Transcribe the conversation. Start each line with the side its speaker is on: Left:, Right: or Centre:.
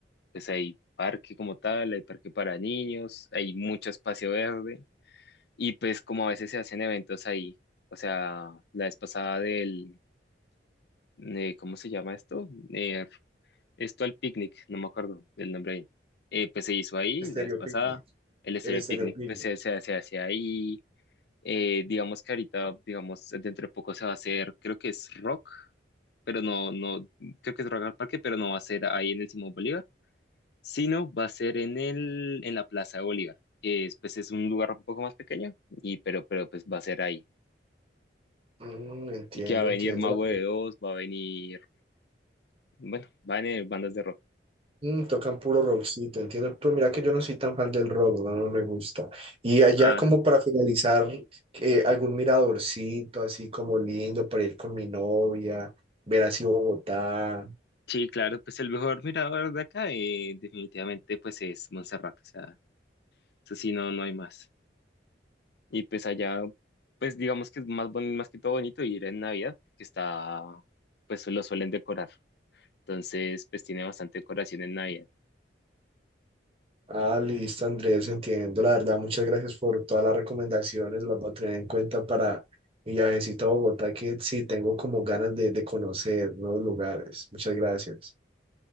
Left: pues hay parque como tal, hay parque para niños, hay mucho espacio verde y pues como a veces se hacen eventos ahí, o sea, la vez pasada del, eh, ¿cómo se llama esto? Eh, esto al picnic, no me acuerdo el nombre ahí, Eh, pues se hizo ahí
Right: Estereopiglia,
Left: la vez pasada, el estéreo
Right: el estereopiglia.
Left: picnic pues se, se, se hace ahí, Eh, digamos que ahorita, digamos, dentro de poco se va a hacer, creo que es rock. Pero no, no, creo que es Rock al Parque, pero no va a ser ahí en el Simón Bolívar sino va a ser en el, en la Plaza de Bolívar, que es, pues, es un lugar un poco más pequeño, y, pero, pero pues va a ser ahí.
Right: Mm, entiendo,
Left: Y que va a venir
Right: entiendo.
Left: Mago de Oz, va a venir, bueno, van a venir bandas de rock.
Right: Mm, tocan puro rockcito, entiendo. Pero mira que yo no soy tan fan del rock, no, no me gusta. Y allá
Left: Ah,
Right: como para finalizar, eh, algún miradorcito así como lindo para ir con mi novia, ver así Bogotá.
Left: sí, claro, pues el mejor mirador de acá eh, definitivamente pues es Monserrate, o sea, eso sí, no, no hay más. Y pues allá, pues digamos que es más, boni- más que todo bonito ir en Navidad, que está, pues lo suelen decorar. Entonces, pues tiene bastante decoración en Navidad.
Right: Ah, listo, Andrés, entiendo. La verdad, muchas gracias por todas las recomendaciones, las voy a tener en cuenta para mi viajecito a Bogotá, que sí tengo como ganas de, de conocer nuevos lugares. Muchas gracias.